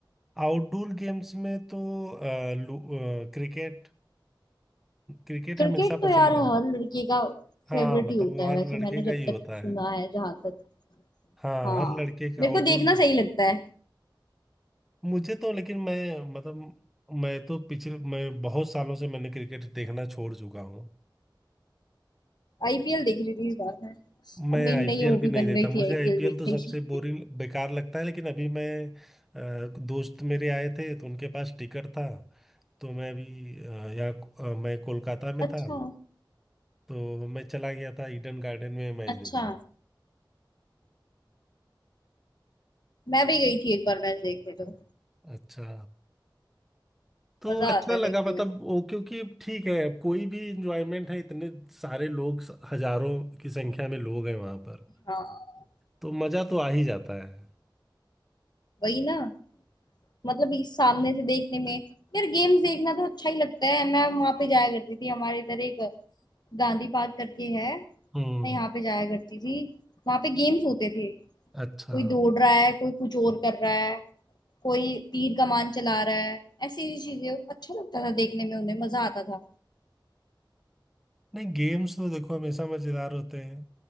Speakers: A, in the centre; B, on the left.
A: आउटडोर गेम्स में तो अ, लू- अ, क्रिकेट क्रिकेट
B: क्रिकेट
A: हमेशा
B: तो
A: पसंद
B: यार
A: रहा
B: हर लड़की का
A: हाँ
B: फेवरेट
A: मतलब
B: ही होता
A: वो
B: है
A: हर
B: वैसे
A: लड़के
B: मैंने
A: का ही
B: जब तक
A: होता
B: सुना
A: है
B: है जहां तक
A: हाँ
B: हाँ
A: हर लड़के का
B: मेरे
A: आउटडोर
B: को देखना सही लगता है
A: मुझे तो लेकिन मैं मतलब मैं तो पिछले मैं बहुत सालों से मैंने क्रिकेट देखना छोड़ चुका हूँ
B: आईपीएल देख रही थी इस बार मैं
A: मैं
B: अब मेरी
A: आईपीएल
B: नई हॉबी
A: भी नहीं
B: बन
A: देखता
B: गई
A: मुझे
B: थी आईपीएल
A: आईपीएल
B: देखने
A: तो सबसे
B: की
A: बोरिंग बेकार लगता है लेकिन अभी मैं अ, दोस्त मेरे आए थे तो उनके पास टिकट था तो मैं अभी अ, यहाँ अ, मैं कोलकाता
B: <laughs>
A: में
B: अच्छा
A: था तो मैं चला गया था ईडन गार्डन में मैच
B: अच्छा
A: देखने
B: मैं भी गई थी एक बार मैच देखने तो
A: अच्छा तो
B: मजा
A: अच्छा
B: आता है
A: लगा
B: देखने
A: मतलब
B: में
A: वो क्योंकि ठीक है कोई भी इंजॉयमेंट है इतने सारे लोग हजारों की संख्या में लोग हैं वहां पर
B: हाँ
A: तो मजा तो आ ही जाता है
B: वही ना मतलब इस सामने से देखने में यार गेम्स देखना तो अच्छा ही लगता है मैं वहां पे जाया करती थी हमारे इधर एक गांधी पार्क करके है
A: हम्म
B: मैं यहाँ पे जाया करती थी वहां पे गेम्स होते थे
A: अच्छा
B: कोई दौड़ रहा है कोई कुछ और कर रहा है कोई तीर कमान चला रहा है ऐसी ऐसी चीजें अच्छा लगता था देखने में उन्हें मजा आता था
A: नहीं गेम्स तो देखो हमेशा मजेदार होते हैं